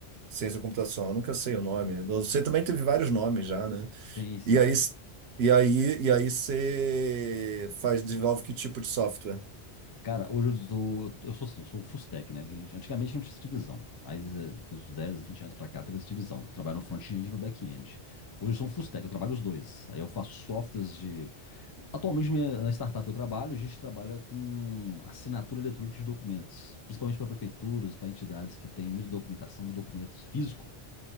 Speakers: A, on the right (about 70°); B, on the left (about 40°).
A: Ciência da computação, eu nunca sei o nome. Eu sei também teve vários nomes já, né?
B: Sim, sim.
A: E aí, e aí, e aí você faz, desenvolve que tipo de software?
B: Cara, hoje eu sou, eu sou assim, eu sou um full stack, né? Que Antigamente não tinha essa divisão, mas eh, dos 10, 20 anos pra cá teve essa divisão. Trabalho no front-end e no back-end. Hoje eu sou um full stack, eu trabalho os dois. Aí eu faço softwares de... Atualmente minha- na startup que eu trabalho, a gente trabalha com assinatura eletrônica de documentos, principalmente para prefeituras, para entidades que têm muita documentação, muito documento físico.